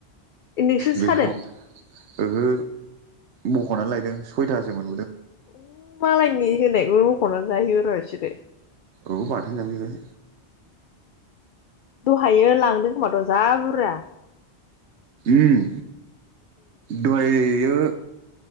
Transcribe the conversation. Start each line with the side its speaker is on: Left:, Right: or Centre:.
Left: ए नोंसो
Right: बेयाव
Left: सादों
Right: ओहो बख'नानै लायदों सयथासो मोन
Left: उ मालायनि होनायखौ बख'ना जाहैयो औ सिदे
Right: औ बाथोन जाफैबाय
Left: दहायो लांदों खोमाथ जाबुरजा
Right: उम दहायो